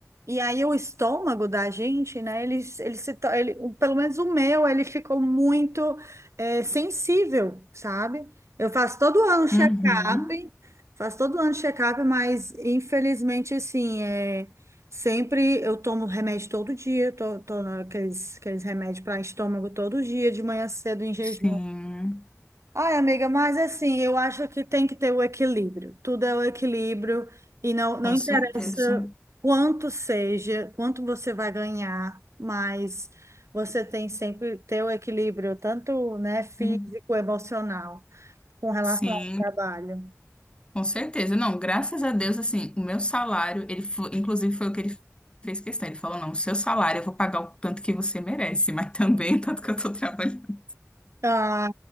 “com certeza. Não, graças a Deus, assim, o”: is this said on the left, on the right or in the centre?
Left